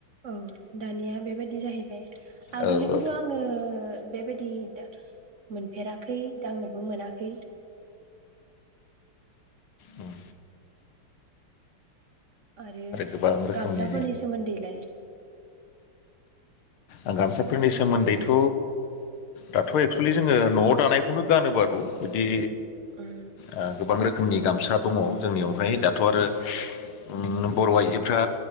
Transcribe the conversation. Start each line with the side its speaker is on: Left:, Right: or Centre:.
Right: औ दानिया बेबायदि जाहैबाय आगोलनिखौथ'
Left: औ औ
Right: आङो बेबायद दि दा मोनफेराखै दांनोबो मोनाखै।
Left: ओम।
Right: आरो
Left: गोबां रोखोमनि
Right: गामसाफोरनि सोमोमदैलाय।
Left: आं गामसाफोरनि सोमोन्दैथ' दाथ' एक्सुेुलि जोङो न'आव दानायखौनो गानोबारु बिदि
Right: उम
Left: ओ गोबां रोखोमनि गामसा दङ जोंनियावहाय दाथ' आरो उम बर' आइजोफ्रा